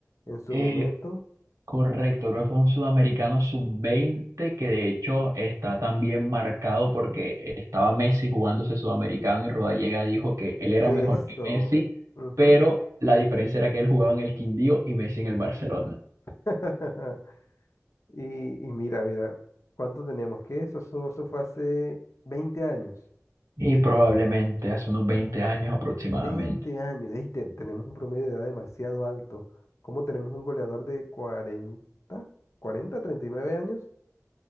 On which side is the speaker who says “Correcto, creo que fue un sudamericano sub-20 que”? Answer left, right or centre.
Right